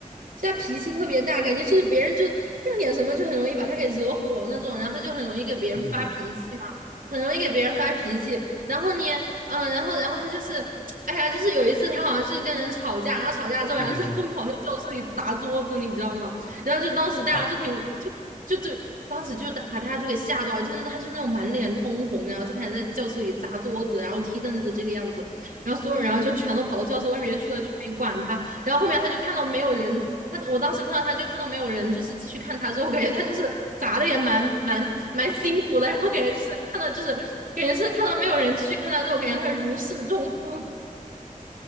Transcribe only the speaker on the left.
嗯哼
嗯哼哼
哦，